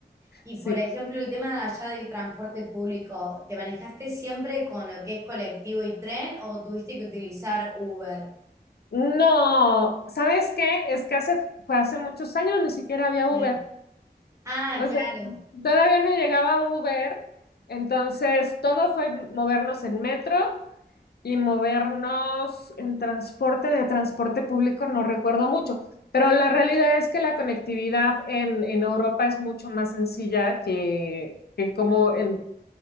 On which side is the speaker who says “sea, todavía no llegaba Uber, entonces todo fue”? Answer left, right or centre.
Left